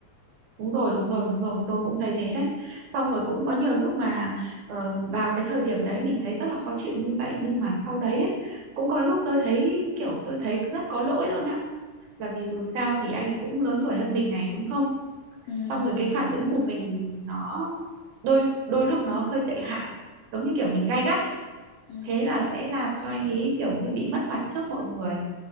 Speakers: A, on the right; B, on the left.
A: đúng rồi đúng rồi đúng rồi tôi cũng thấy thế đấy xong rồi cũng có nhiều lúc mà ờ, vào cái thời điểm đấy mình thấy rất là khó chịu như vậy nhưng mà sau đấy ấy, cũng có lúc tôi thấy kiểu tôi thấy rất có lỗi luôn ạ là vì dù sao thì anh ấy cũng lớn tuổi hơn mình này đúng không
B: ừ
A: xong rồi cái phản ứng của mình nó đôi đôi lúc nó hơi tệ hại giống như kiểu mình gay gắt
B: ừ
A: thế
B: ừ
A: là sẽ làm cho anh ấy kiểu như bị mất mặt trước mọi người